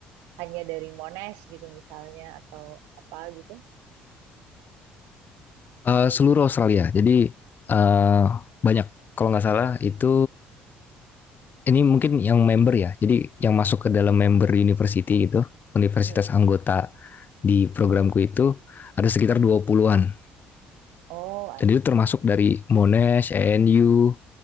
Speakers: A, on the right; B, on the left.
A: hanya dari Monash gitu misalnya atau apa gitu?
B: Eh, seluruh Australia. Jadi eh, banyak kalau nggak salah itu ini mungkin yang member ya. Jadi yang masuk ke dalam member university itu, universitas
A: Hmm.
B: anggota di programku itu ada sekitar dua puluhan.
A: Oh, I
B: Dan itu
A: see.
B: termasuk dari Monash, ANU,